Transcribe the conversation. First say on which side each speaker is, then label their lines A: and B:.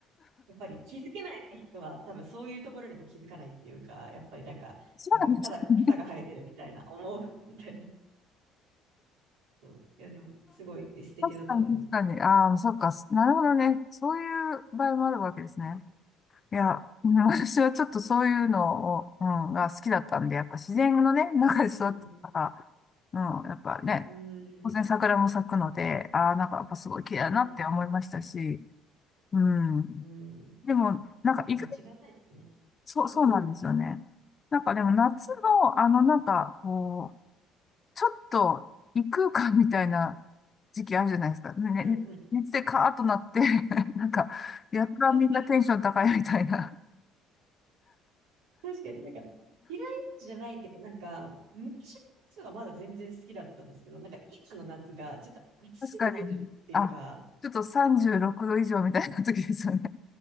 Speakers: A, on the right (about 80°); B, on the left (about 35°).
A: やっぱり気づけない人は多分そういうところにも気づかないっていうか、やっぱりなんか、
B: そうなんですね。
A: なんかただ草が生えてるみたいな、思うみたいな。そう。いや、でも、すごい素敵だと思います。
B: 確かに、確かに。ああ、そっか。なるほどね。そういう場合もあるわけですね。いや、<laughs> うん私はちょっとそういうのを、うん、が好きだったんで、やっぱ自然のね、中で育ったか
A: うん。
B: ら、うん、やっぱね、
A: うん。
B: 当然桜も咲くので、ああ、なんかやっぱすごい綺麗だなって思いましたし、
A: うん。
B: うん。
A: うん。うん
B: でも、なんか意外、
A: いや、間違いないですね。
B: そう、そうなんですよね。
A: うん。
B: なんかでも夏の、あの、なんか、こう、ちょっと異空間みたいな時期あるじゃないですか。ね、
A: うん。
B: ね、
A: うん。
B: 熱でカーッとなって <laughs> なんか、やたらみんなテンション高いみたいな。
A: <laughs> 確かになんか、嫌いじゃないっていうか、なんか、昔の夏はまだ全然好きだったんですけど、なんか今の夏がちょっと暑すぎるっていうか、
B: 確かに。あ、ちょっと36度以上みたいな時ですよね。